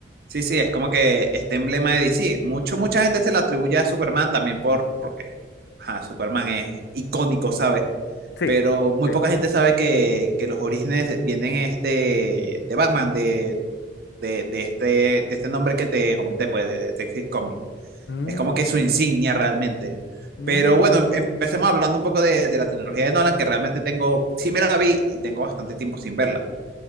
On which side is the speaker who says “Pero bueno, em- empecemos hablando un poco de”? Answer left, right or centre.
Right